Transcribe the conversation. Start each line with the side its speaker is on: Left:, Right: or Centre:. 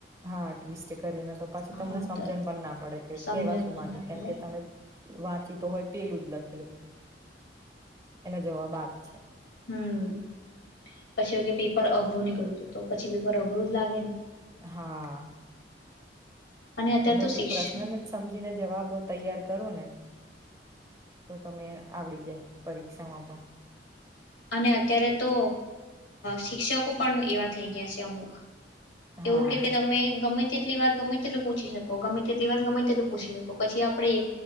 Right: હા, ટ્વિસ્ટ કરીને તો પછી તમને
Left: હા
Right: સમજણ
Left: તો
Right: પણ ના પડે, કે
Left: સમજણ
Right: કેવા શું
Left: પણ
Right: માંગે,
Left: ના પડે
Right: કેમ કે તમે વાંચી તો હોય તે ઉદલક જવાબ આ જ છે
Left: હમ, પછી કે પેપર અઘરું ની હુ તો પછી પેપર અઘરું જ લાગે ને.
Right: હા,
Left: અને અત્યારે
Right: તમે
Left: તો
Right: જો
Left: શિક્ષ
Right: પ્રશ્નને જ સમજીને જવાબ તૈયાર કરો ને. તો તમે આવડી જાય પરીક્ષામાં પણ.
Left: અને અત્યારે તો શિક્ષકો પણ એવા થઈ ગયા છે અમુક.
Right: હા
Left: એવું કે, કે તમે ગમે કેટલી વાર ગમે તેટલું પૂછી શકો ગમે તેટલી વાર ગમે તેટલું પૂછી શકો પછી આપડે એ